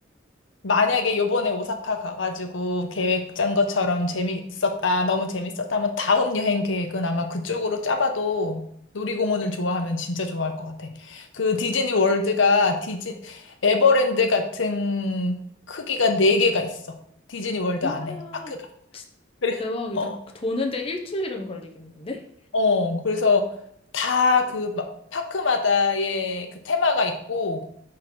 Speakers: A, on the left; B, on the left.
A: 만약에 요번에 오사카 가가지고 계획 짠 것처럼 재밌었다, 너무 재밌었다면 다음 여행 계획은 아마 그쪽으로 짜봐도 놀이공원을 좋아하면 진짜 좋아할 것 같아. 그 디즈니 월드가 디즈 에버랜드 같은 크기가 네개가 있어. 디즈니 월드
B: 와,
A: 안에 파크가.
B: 진-
A: <laughs> 그래.
B: 대박이다.
A: 어.
B: 도는데 일주일은 걸리겠는데?
A: 어. 그래서 다 그 파크마다의 그 테마가 있고